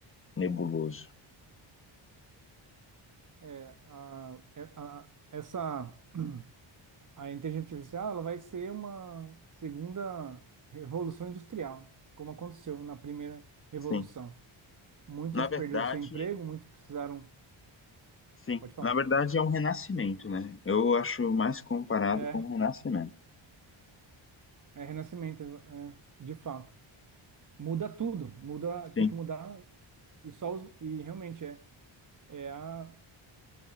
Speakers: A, on the left; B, on the right.
A: nebuloso.
B: É a- é a- essa <clears throat> a inteligência artificial ela vai ser uma segunda revolução industrial, como aconteceu na primeira revolução.
A: Sim.
B: Muitos
A: Na verdade,
B: perderam seu emprego, muitos precisaram.
A: sim.
B: Pode falar.
A: Na verdade, é um renascimento, né? Eu acho mais comparado
B: É,
A: com um renascimento.
B: é renascimento, é, de fato. Muda tudo, muda, tem
A: Sim,
B: que mudar e só os- e realmente é, é a,